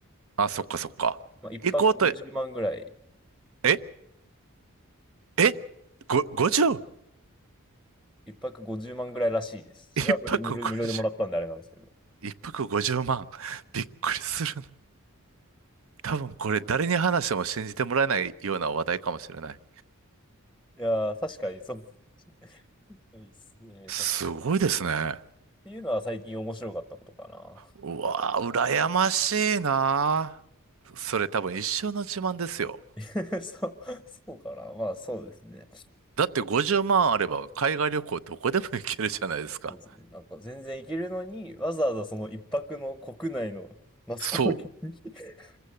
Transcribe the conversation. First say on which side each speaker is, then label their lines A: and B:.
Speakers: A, on the right (about 65°); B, in the centre.
A: あ、そっかそっか。
B: まあ、一泊50万ぐらい、
A: 行こうと、ええご、50?
B: 一泊50万ぐらいらしいです。自分は無料、
A: 一泊50、
B: 無料無料でもらったんであれなんですけど。
A: 一泊50万。びっくりするな。多分これ誰に話しても信じてもらえないような話題かもしれない。
B: いやー、確かにそう。いいっすね、
A: すごいですね。
B: 確かに。っていうのは最近面白かったことかな。
A: うわー、羨ましいなー。それ多分一生の自慢ですよ。
B: <laughs> そう、そうかな。まあそうですね。
A: だって50万あれば海外旅行どこでも行けるじゃないですか。
B: そうですね。なんか全然行けるのに、わざわざその一泊の国内のマスコミに
A: そ
B: <laughs>